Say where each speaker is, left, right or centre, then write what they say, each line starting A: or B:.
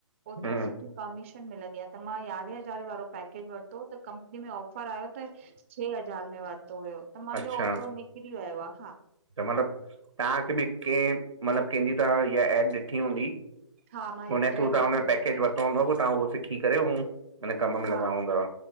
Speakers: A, on the right; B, on the right.
A: ओतिरी
B: हम्म
A: सुठी कमीशन मिलंदी आ त मां यारहें हज़ारें वारो पैकेज वरितो त कंपनी में ऑफ़ पर आयो त छह हज़ार में वरितो हुयो त मांजो
B: अच्छा
A: ओतिरो निकिरी वयो आ हा।
B: त मतलब तव्हांखे बि कंहिं मतलब कंहिंजी त ईहा एप ॾिठी हूंदी?
A: हा मां एड
B: उन्हें थ्रू तवां
A: ॾिठी
B: हुनजो
A: हुई
B: पैकेज वरितो हूंदो पो तहां उहो सिखी करे अऊं उन्हें कम में
A: हा
B: लॻा हूंदा